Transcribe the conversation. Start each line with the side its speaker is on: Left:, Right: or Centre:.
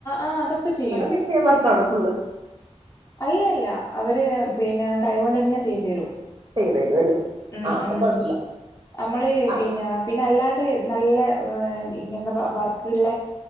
Left: ആഹ് അതൊക്കെ ചെയ്യും
Right: അതോ മെഷീൻ വർക്കാണോ ഫുള്ള്
Left: അല്ലല്ല അവര് പിന്നെ കൈകൊണ്ട് തന്നെ ചെയ്തു തേരോ
Right: ചെയ്തു തരുവല്ലേ
Left: ഉം
Right: ആഹ് അപ്പൊ
Left: ഉം
Right: കൊഴപ്പില്ല
Left: നമ്മള്
Right: ആഹ്
Left: പിന്നെ പിന്നെ അല്ലാണ്ട് നല്ല ഇങ്ങന്താ വർക്കുള്ള